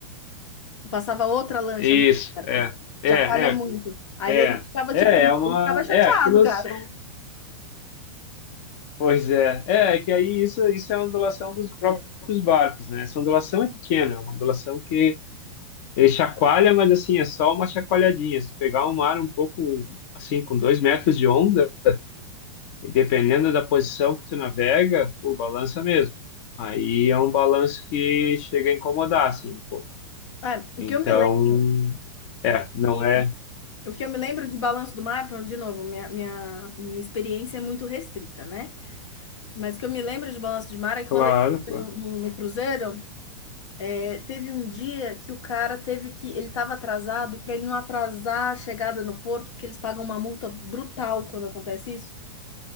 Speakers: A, on the left (about 80°); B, on the left (about 30°).
A: Passava outra lancha
B: É,
A: muito
B: isso,
A: perto,
B: é, é,
A: chacoalha
B: é,
A: muito. Aí
B: é,
A: ele ficava
B: é,
A: tipo,
B: é uma,
A: ele ficava chateado,
B: é, aquilo
A: cara.
B: são Pois é, é é que aí isso, isso é a ondulação dos próprios barcos, né? Essa ondulação é pequena, é uma ondulação que ele chacoalha, mas assim, é só uma chacoalhadinha. Se pegar um mar um pouco, assim, com dois metros de onda, e dependendo da posição que tu navega, pô balança mesmo. Aí é um balanço que chega a incomodar, assim, um pouco.
A: É,
B: Então,
A: o que eu me lembro,
B: é, não
A: que,
B: é,
A: o que eu me lembro de Balanço do Mar, de novo, minha, minha, minha experiência é muito restrita, né? Mas o que eu me lembro de Balanço do Mar é que
B: claro,
A: quando a gente foi
B: claro.
A: no, no no cruzeiro É, teve um dia que o cara teve que. Ele estava atrasado, e para ele não atrasar a chegada no porto, porque eles pagam uma multa brutal quando acontece isso.